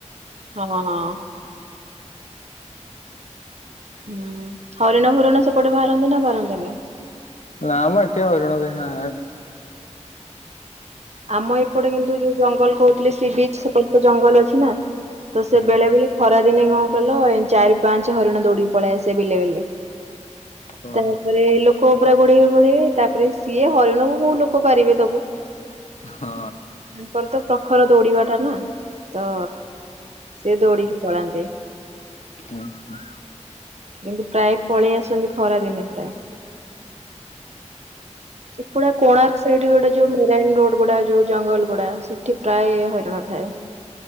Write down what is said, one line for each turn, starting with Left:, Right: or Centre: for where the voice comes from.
Right: ହଁ। ଉଁ ହରିଣ ହୁରିଣ ସେପଟେ ବାହାରନ୍ତି ନା ବାହାରନ୍ତେ ନି?
Left: ନାଁ ମ ଏଠି ହରିଣ କେହି ନା
Right: ଆମ ଏପଟେ କିନ୍ତୁ ଯୋଉ ଜଙ୍ଗଲ କହୁଥିଲେ ସି ବିଚ ସେପଟେ ତ ଜଙ୍ଗଲ ଅଛି ନା। ତ ସେ
Left: ହୁଁ।
Right: ବେଳେ ବେଳେ ଖରାଦିନେ କଣ କଇଲ ଚାରି ପାଞ୍ଚ ହରିଣ ଦୌଡିକି ପଳେଇ ଆସିବେ ବିଲେ ବିଲେ।
Left: ଓହୋ
Right: ତାପରେ ଲୋକ ପୁରା ଗୋଢେଇବେ ଗୋଢେଇବେ, ତାପରେ ସିଏ ହରିଣକୁ କୋଉ ଲୋକ ପାରିବେ ତାକୁ।
Left: ହଁ।
Right: ତାଙ୍କର ତ ପ୍ରଖର ଦୌଡିବା ଟା ନା ତ ସେ ଦୌଡ଼ିକି ପଳାନ୍ତି।
Left: ହଁ ହଁ।
Right: କିନ୍ତୁ ପ୍ରାୟ ପଳେଇ ଆସନ୍ତି ଖରା ଦିନେ ପ୍ରାୟ। ଏପଡେ କୋଣାର୍କ ସାଇଡ ଗୋଟେ ଯୋଉ ମେରାଇନ୍ ରୋଡ। ଗଗୁଡା ଯୋଉ ଜଙ୍ଗଲ ଗୁଡା ସେଠି ପ୍ରାୟ ହରିଣ ଥାଏ।